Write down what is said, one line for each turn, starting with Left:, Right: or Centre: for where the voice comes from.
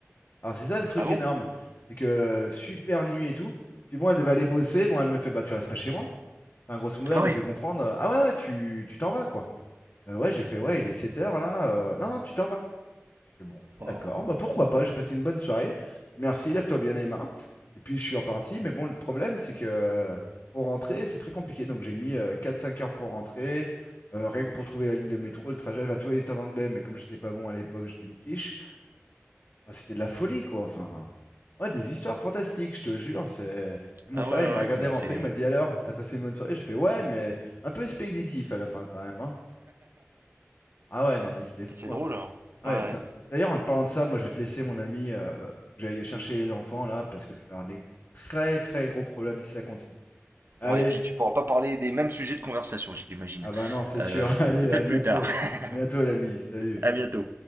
Left: Alors, c'est ça le truc
Right: Ah bon
Left: énorme, c'est que euh, super nuit et tout. Puis bon, elle devait aller bosser. Bon, elle me fait, bah tu restes pas chez moi. Enfin, grosso modo,
Right: Ah
Left: elle
Right: ouais
Left: me fait comprendre, euh, ah ouais, ouais, tu tu t'en vas, quoi. Heu, ouais, j'ai fait: «Ouais, il est sept heures là, heu, non, non, tu t'en vas». J'ai fait: «Bon,
Right: Oh,
Left: d'accord, bah, pourquoi pas, j'ai passé une bonne soirée, merci, lève-toi bien les mains» et puis je suis reparti, mais bon, le problème, c'est que pour rentrer, c'est très compliqué, donc j'ai mis, euh, quatre, cinq heures pour rentrer, heu, rien que pour trouver la ligne de métro, le trajet, enfin, tout est en anglais, mais comme j'étais pas bon à l'époque, j'étais une quiche. Enfin, c'était de la folie, quoi, enfin, ouais, des histoires fantastiques, je te jure, c'est Et mon
Right: Ah
Left: frère,
Right: ouais, ouais,
Left: il m'a
Right: ouais,
Left: regardé
Right: mais
Left: rentrer,
Right: c'est.
Left: il m'a dit: «Alors, t'as passé une bonne soirée?» j'ai fait: «Ouais, mais un peu expéditif à la fin quand même, hein». Ah ouais, non, mais c'était fou,
Right: C'est drôle.
Left: hein.
Right: hein.
Left: Ouais,
Right: Ouais.
Left: non.
Right: Ouais,
Left: D'ailleurs, en te parlant de ça, moi je vais te laisser, mon ami. euh, faut que j'aille chercher les enfants là, parce que je vais avoir des très très gros problèmes si ça continue. Allez,
Right: Ouais, et puis tu pourras pas parler des mêmes sujets de conversation, j'imagine.
Left: ah bah non, c'est
Right: Euh,
Left: sûr. <laughs> Allez,
Right: ou peut-être
Left: à bientôt.
Right: plus tard. <laughs>
Left: À bientôt, l'ami. Salut.
Right: À bientôt.